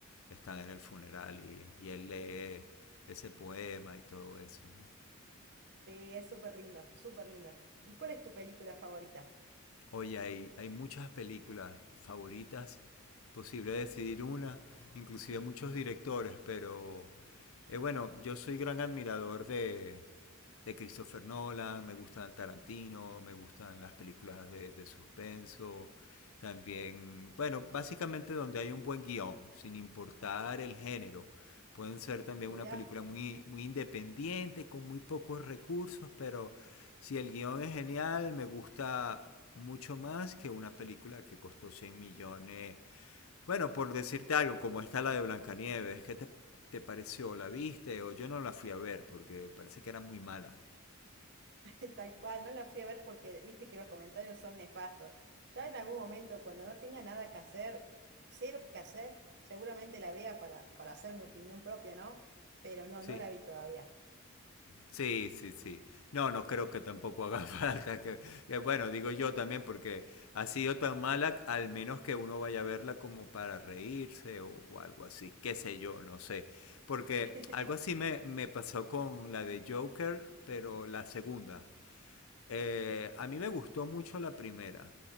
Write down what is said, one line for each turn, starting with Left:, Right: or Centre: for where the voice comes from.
Left: están en el funeral y, y él lee ese poema y todo eso, ¿no?
Right: Sí, es súper lindo, súper lindo. ¿Y cuál es tu película favorita?
Left: Oye, hay, hay muchas películas favoritas, posible decidir una, inclusive muchos directores, pero eh, bueno, yo soy gran admirador de, de Christopher Nolan, me gustan Tarantino, me gustan las películas de, de suspenso, también, bueno, básicamente donde hay un buen guión, sin importar el género. Pueden ser también
Right: Mirá.
Left: una película muy, muy independiente, con muy pocos recursos, pero si el guión es genial, me gusta mucho más que una película que costó 100 millones. Bueno, por decirte algo, como está la de Blancanieves, ¿qué te, te pareció? ¿La viste? O yo no la fui a ver porque parece que era muy mala.
Right: <laughs> Tal cual, no la fui a ver porque viste que los comentarios son nefastos. Ya en algún momento, cuando no tenga nada que hacer, cero que hacer, seguramente la vea para, para hacer mi opinión propia, ¿no? Pero no,
Left: Sí.
Right: no la vi todavía.
Left: Sí, sí, sí. No, no creo que tampoco haga <laughs> falta que, que, bueno, digo yo también porque ha sido tan mala, al menos que uno vaya a verla como para reírse o, o algo así, qué sé yo, no sé. Porque
Right: <laughs>
Left: algo así me, me pasó con la de Joker, pero la segunda. Eh, a mí me gustó mucho la primera,